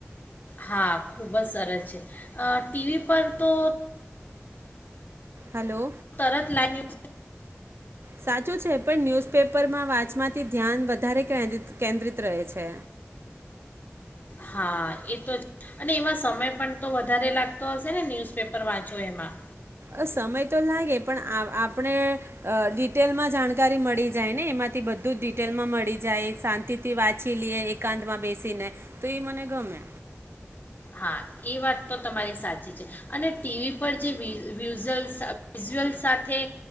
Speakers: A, on the left; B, on the right.
A: હા. ખૂબ જ સરસ છે. ટીવી પર તો
B: હલો
A: તરત લાઈ. <inaudible>
B: સાચું છે પણ ન્યૂઝપેપરમાં વાંચમાંથી ધ્યાન વધારે કેન્દ્રિત રહે છે.
A: હા એ તો અને એમાં સમય પણ તો વધારે લાગતો હશે ને ન્યૂઝપેપર વાંચો એમાં.
B: અ સમય તો લાગે પણ આપણે ડિટેલમાં જાણકારી મળી જાય ને એમાંથી બધું જ ડિટેલમાં મળી જાય શાંતિથી વાંચી લઈએ એકાંતમાં બેસીને તો એ મને ગમે.
A: હા એ વાત તો તમારી સાચી છે અને ટીવી પર જે વિઝઅલ વિઝુઅલ સાથે